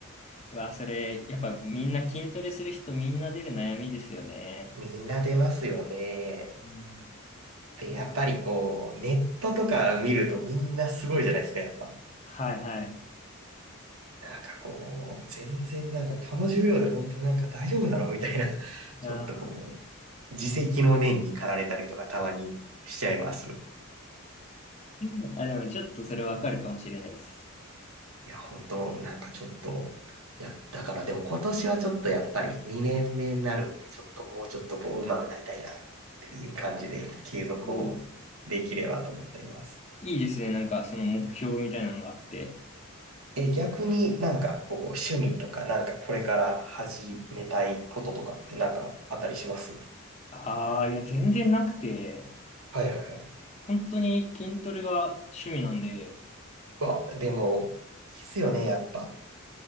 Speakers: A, on the left (about 30°); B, on the right (about 80°).
A: うわ、それ、やっぱみんな筋トレする人みんな出る悩みですよね。
B: みんな出ますよね。
A: うん。
B: で、
A: なんか
B: やっぱりこう、ネットとか見るとみんなすごいじゃないですか、やっぱ。
A: はいはい。
B: なんかこう、全然なんかこの重量で本当なんか大丈夫だろうみたいな、ちょっとこう、
A: あー
B: 自責の念に駆られたりとかたまにしちゃいます。
A: <laughs> あ、でもちょっとそれわかるかもしれないです。
B: いや、本当なんかちょっと、いや、だからでも今年はちょっとやっぱり2年目になるんで、ちょっともうちょっとこう上手くなりたいなっていう感じで継続をできればと思っています。
A: もう、いいですね。なんかその目標みたいなのがあって。
B: え、逆になんかこう趣味とかなんかこれから始めたいこととかってなんかあったりします
A: ああ、いや、全然なくて、
B: はいはいはい。
A: 本当に筋トレが趣味なんで、
B: うわ、でも、いいっすよね、やっぱ。